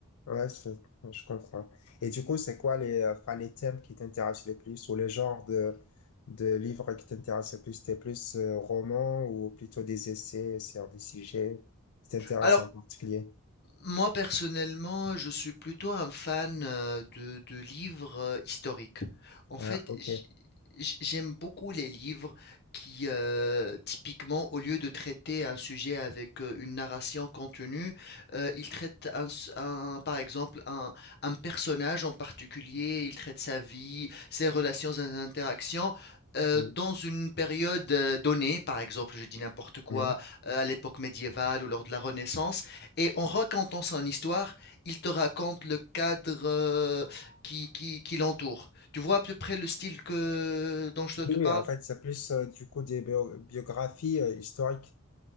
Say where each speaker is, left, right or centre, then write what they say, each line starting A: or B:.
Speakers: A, on the left; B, on the left.
A: Ouais, c'est- je comprends. Et du coup, c'est quoi les, euh, enfin, les thèmes qui t'intéressent le plus ou le genre de, de livres qui t'intéressent le plus? T'es plus euh, roman ou plutôt des essais sur des sujets qui t'intéressent
B: Alors
A: en particulier?
B: Moi, personnellement, je suis plutôt un fan euh, de, de livres euh, historiques. En
A: Ah,
B: fait,
A: ok.
B: j- j- j'aime beaucoup les livres qui, euh, typiquement, au lieu de traiter un sujet avec euh, une narration contenue, euh, ils traitent un, s- un- par exemple un, un personnage en particulier, ils traitent sa vie, ses relations, ses interactions. euh,
A: Oui,
B: dans une période euh, donnée, par exemple, je dis n'importe quoi,
A: oui.
B: euh, à l'époque médiévale ou lors de la Renaissance, et en racontant son histoire, il te raconte le cadre euh, qui, qui, qui l'entoure. Tu vois à peu près le style que, dont je
A: Oui,
B: te parle?
A: oui, en fait, c'est plus euh, du coup des bio- biographies euh, historiques.